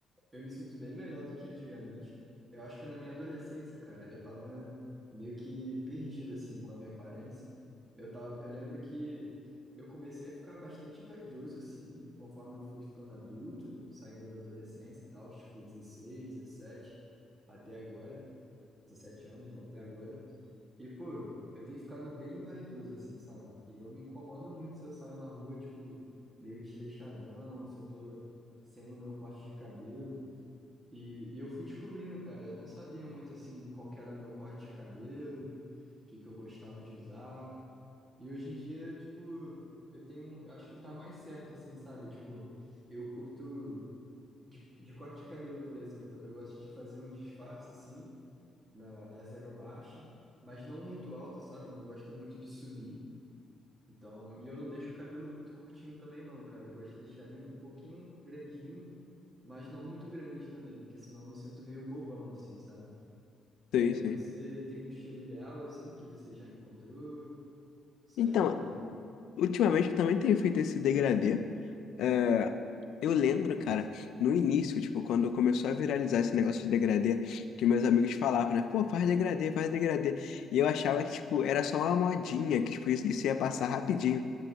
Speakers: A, on the right (about 25°); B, on the left (about 75°).
A: Eu me sinto bem melhor do que antigamente. Eu acho que na minha adolescência, cara, eu tava meio que perdido, assim, com a minha aparência. Eu tava, eu lembro que eu comecei a ficar bastante vaidoso, assim, conforme eu fui ficando adulto, saindo da adolescência e tal, tipo 16, 17, até agora, 17 anos, né, até agora. E, pô, eu tenho ficado bem vaidoso, assim, sabe? E eu me incomodo muito se eu saio na rua, tipo, meio desleixadão, se eu tô sem o meu corte de cabelo. E, e eu fui descobrindo, cara. Eu não sabia muito assim qual que era o meu corte de cabelo, o que que eu gostava de usar. E hoje em dia, tipo, eu tenho, eu acho que tá mais certo assim, sabe? Tipo, eu curto de, de corte de cabelo, por exemplo. Eu gosto de fazer um disfarce assim na, na zero baixa, mas não muito alto, sabe? Eu não gosto muito de subir. Então, e eu não deixo o cabelo muito curtinho também, não, cara. Eu gosto de deixar ele um, um pouquinho grandinho, mas não muito grande também, porque senão eu me sinto meio bobão, assim, sabe?
B: Sim,
A: É,
B: sim.
A: você tem um estilo ideal, assim, que você já encontrou, que você
B: Então,
A: acha melhor?
B: ultimamente eu também tenho feito esse degradê. É, Eu lembro, cara, no início, tipo, quando começou a viralizar esse negócio de degradê, que meus amigos falavam, né? Pô, faz degradê, faz degradê. E eu achava que, tipo, era só uma modinha, que, tipo, isso isso ia passar rapidinho.